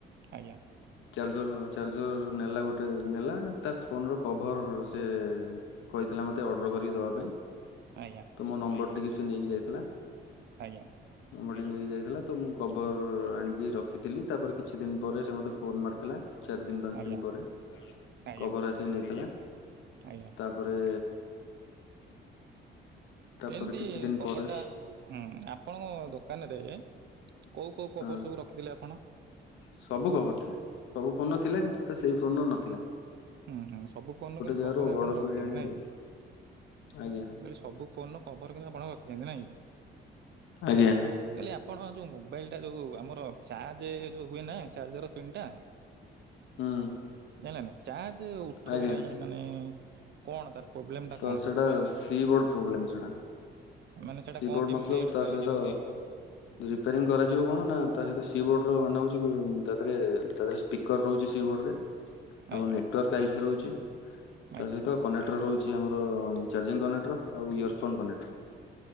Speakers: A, on the right; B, on the left.
A: ଆଜ୍ଞା
B: ଚାର୍ଜର୍ ଚାର୍ଜର୍ ନେଲା ଗୋଟେ ନେଲା ତା ଫୋନ୍‌ ର କଭର୍ ସେ କହିଥି ଲା ମତେ ଅର୍ଡ଼ର କରିକି ଦେବା ପାଇଁ।
A: ଆଜ୍ଞା
B: ତମ ନମ୍ବର ଟିକେ ସେ ନେଇକି ଯାଇଥିଲା।
A: ଆଜ୍ଞା।
B: ନମ୍ବରଟି ନେଇକି ଯାଇଥିଲା ତ ମୁଁ କଭର୍ ଆଣିକି ରଖିଥିଲି ତାପରେ କିଛି ଦିନ ପରେ ସେ ମତେ ଫୋନ୍‌ ମାରିଥିଲା। ଚାରି ଦିନ୍‌ ପାଞ୍ଚ
A: ଆଜ୍ଞା
B: ଦିନ୍‌ପରେ
A: ଆଜ୍ଞା
B: କଭର୍ ଆସିିକି ନେଇଥିଲା।
A: ଆଜ୍ଞା
B: ତାପରେ ତାପରେ
A: ଏମିତି
B: କିଛି ଦିନ
A: କବର୍
B: ପରେ
A: ଟା ହଁ ଆପଣଙ୍କ ଦୋକାନରେ କୋଉ କୋଉ କଵର୍
B: ହଁ
A: ସବୁ ରଖିଥିଲେ ଆପଣ?
B: ସବୁ କବର ଥିଲା ସବୁ ଫୋନ ଥିଲା କିନ୍ତୁ ତ ସେଇ ଫୋନର ନ
A: ହୁଁ ହୁଁ ସବୁ ଫୋନ ର କିନ୍ତୁ
B: ଜାଗାରୁ
A: କଭର ଆପଣ
B: ଅର୍ଡର
A: ରଖିଛନ୍ତି
B: କରି ଆଣିକି
A: ନାଇଁ
B: ଦେଇଥିଲି।
A: କି?
B: ଆଜ୍ଞା
A: କଇଲି ସବୁ ଫୋନ ର କଭର କିନ୍ତୁ ଆପଣ ରଖିଛନ୍ତି ନାଇଁକି?
B: ଆଜ୍ଞା
A: କାଲି ଆପଣ ଯୋଉ ମୋବାଇଲ ଟା ଯୋଉ ଆମର ଅଛି। ଚାର୍ଜେ ହୁଏ ନା ଚାର୍ଜର ପିନ୍ ଟା
B: ହୁଁ।
A: ହେଲା ଚାର୍ଜ ଉଠଉନାଇ
B: ଆଜ୍ଞା।
A: ମାନେ କଣ ତାର ପ୍ରୋବ୍ଲେମ ଟା
B: ତ
A: କଣ
B: ସେଟା
A: ହେଇଛି?
B: ସି ବୋର୍ଡ ପ୍ରୋବ୍ଲେମ୍ ସେଟା।
A: ମାନେ ସେଇଟା
B: ସି
A: କଣ
B: ବୋର୍ଡ
A: କେମିତି
B: ମତଲବ
A: ରିପାରିଂ
B: ତା ସହିତ ରିପାରିଂ କରାଯିବ କଣ ନା ତା ସହିତ ସି ସି ବୋର୍ଡ ର ମାନେ ହଉଛି ତା ଦେହରେ ତା ଦେହରେ ସ୍ପିକର ରହୁଛି ସି ବୋର୍ଡରେ ଆମ
A: ଆଜ୍ଞା
B: ନେଟୱାର୍କ ଆଇଶୁ ରହୁଛି।
A: ଆଜ୍ଞା
B: ତା ସହିତ କନେକ୍ଟର ରହୁଛି। ଚି ଆମର ଚାର୍ଜିଂ କନେକ୍ଟର ଆଉ ଇୟରଫୋନ୍ କନେକ୍ଟର।